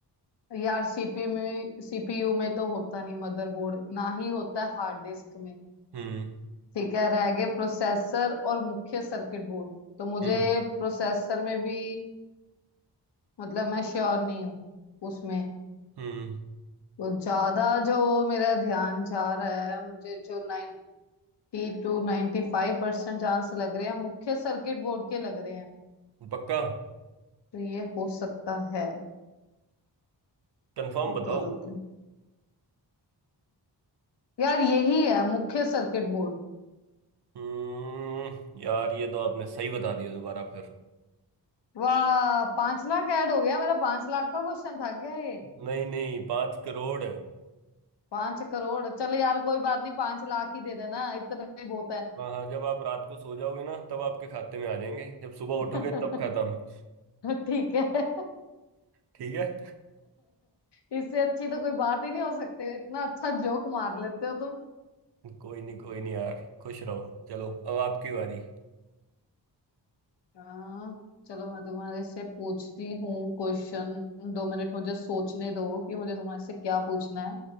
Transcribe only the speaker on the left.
यार सीपी में सीपीयू में तो होता नहीं मदरबोर्ड ना ही होता हार्ड डिस्क में
ठीक है रह गए प्रोसेसर और मुख्य सर्किट बोर्ड तो मुझे
प्रोसेसर में भी मतलब मैं श्योर नहीं हूँ उसमें
तो ज्यादा जो मेरा ध्यान जा रहा है मुझे जो 92 to ninety five percent chance लग रहे हैं मुख्य सर्किट बोर्ड के लग रहे हैं
तो ये हो सकता है
रुको
रुको यार यही है मुख्य सर्किट बोर्ड
वाह पांच लाख ऐड हो गया मेरा पांच लाख का क्वेश्चन था क्या ये
पांच करोड़ चलो यार कोई बात नहीं पांच लाख ही दे देना इतना ही बहुत
<laughs>
ठीक है <laughs>
इससे अच्छी तो कोई बात ही नहीं हो सकती इतना अच्छा जोक मार लेते हो तुम
हाँ चलो मैं तुम्हारे से पूछती हूँ क्वेश्चन दो मिनट मुझे सोचने दो कि मुझे तुम्हारे से क्या पूछना है